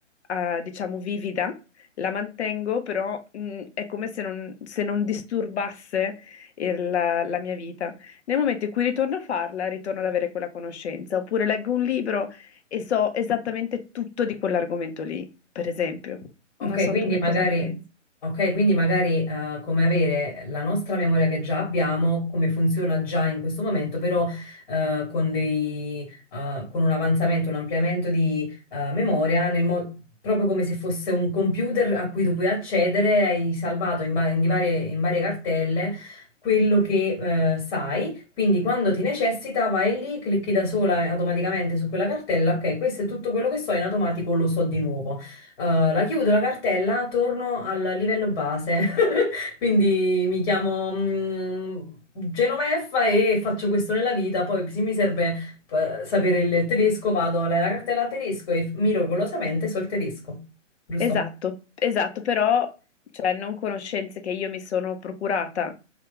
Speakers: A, on the left; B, on the left.
A: eh, diciamo, vivida, la mantengo, però mh, è come se non se non disturbasse il- la, la mia vita. Nel momento in cui ritorno a farla, ritorno ad avere quella conoscenza. Oppure leggo un libro e so esattamente tutto di quell'argomento lì, per esempio.
B: Ok,
A: Non so
B: quindi
A: tu che
B: magari,
A: cosa ne pensi.
B: ok, quindi magari eh, come avere la nostra memoria che già abbiamo, come funziona già in questo momento, però eh, con dei, eh, con un avanzamento, un ampliamento di eh, memoria, nel mo- proprio come se fosse un computer a cui tu puoi accedere, hai salvato in, va- in di varie, in varie cartelle quello che eh, sai, quindi quando ti necessita vai lì, clicchi da sola automaticamente su quella cartella, ok, questo è tutto quello che so, in automatico lo so di nuovo. Uh, la chiudo la cartella, torno al livello base, <laughs> quindi mi chiamo mm, Genoveffa e faccio questo nella vita. Poi, se mi serve eh, sapere il tedesco, vado alla cartella a tedesco e miracolosamente so il tedesco, giusto?
A: Esatto, esatto, però cioè, non conoscenze che io mi sono procurata,